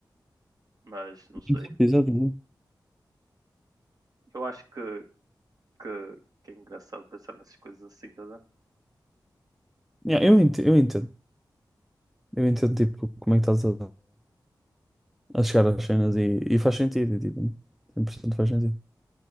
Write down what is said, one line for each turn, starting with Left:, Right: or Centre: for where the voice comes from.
Right: Mas não sei.
Centre: Exato, exato. exato.
Right: Eu acho que, que, que é engraçado pensar nessas coisas assim, tá? a ver?
Centre: Yeah, eu entendo, eu entendo. Eu entendo, tipo, como é que estás a, a chegar às cenas e, e faz sentido, e, tipo, 100% faz sentido.